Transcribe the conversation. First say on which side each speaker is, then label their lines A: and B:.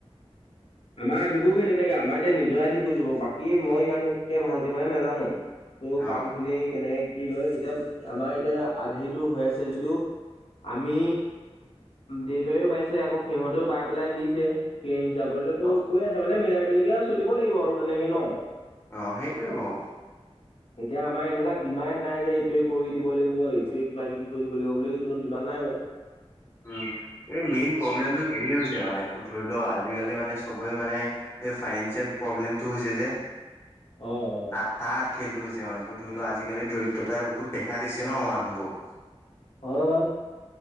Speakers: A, on the left; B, on the left.
A: <inaudible>
B: আমাৰ আধিবোৰ সেই তেনেকে আমাৰ এতিয়া নিজৰে আধি কৰিছো বাকী মই ইমানকে ভালকে মানে নাজানো। মোৰ'
A: অ
B: কাম খিনি কেনেকে কি লয় এতিয়া আমাৰ এতিয়া আধিটো হৈ আছে যদিও আমি দেউতাৰও বাইছে আকৌ সিহঁতেও বাই পেলাই দিছে। সেই হিচাপতেতো
A: অ
B: কৈ আছে মানে মিলাই মিলিকে চলিব লাগিব আৰু তেনেকে ন?
A: অ, সেইটোৱে বাৰু।
B: এতিয়া আমাৰ এনেকুৱা ডিমাণ্ড নাই যে, এইটোৱে কৰি দিব লাগিব এইটোৱে কিবা কিবি কৰি দিব লাগিব বুলি্। মোৰ ডিমান নাই বাৰু।
A: উম' এই মেইন প্ৰব্লেমটো হেৰি হৈছে মানেটো ধৰি লওঁ আজিকালি মানে চবেই মানে এই ফাইনেঞ্চিয়েল প্ৰব্লেমটো হৈছে যে-
B: অহ' অহ'।
A: তা তাত খেলটো হৈছে মানে এইটো ধৰি ল, আজিকালি দৰিদ্ৰতাই বহুত দেখা দিছে ন' মানুহবোৰ। -
B: হয়, হয়।